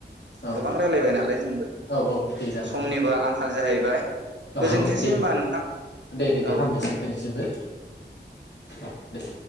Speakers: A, on the left; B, on the right.
A: औ
B: गोबां रायलायबाय नालाय जोंबो
A: औ औ दे जागोन
B: समनिबो
A: दे
B: आंखाल जाहैबाय
A: औ
B: गोजोनथोंसै
A: दे
B: होमबा
A: दे दे
B: नोंथां।
A: दे दे दे
B: औ
A: हामबायसै नोंनिसिमबो अ दे।